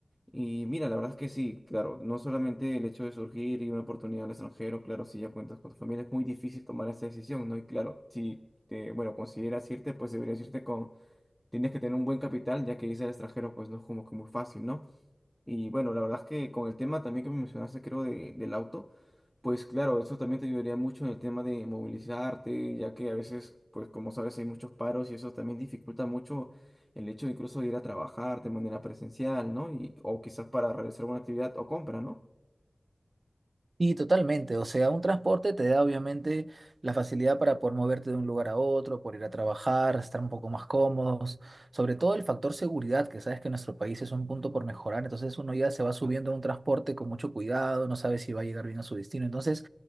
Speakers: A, in the centre; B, on the right.
A: Y mira, la verdad es que sí, claro, no solamente el hecho de surgir y una oportunidad al extranjero, claro, si ya cuentas con tu familia, es muy difícil tomar esta decisión, ¿no? Y claro, si te, bueno, consideras irte, pues deberías irte con, tienes que tener un buen capital, ya que irse al extranjero, pues no es como que muy fácil, ¿no? Y bueno, la verdad es que con el tema también que me mencionaste, creo, de- del auto, pues claro, eso también te ayudaría mucho en el tema de movilizarte, ya que a veces, pues como sabes, hay muchos paros y eso también dificulta mucho el hecho incluso de ir a trabajar de manera presencial, ¿no? Y, o quizás para realizar alguna actividad o compra, ¿no?
B: Y totalmente, o sea, un transporte te da obviamente la facilidad para poder moverte de un lugar a otro, por ir a trabajar, estar un poco más cómodos, sobre todo el factor seguridad, que sabes que en nuestro país es un punto por mejorar, entonces uno ya se va subiendo a un transporte con mucho cuidado, no sabe si va a llegar bien a su destino, entonces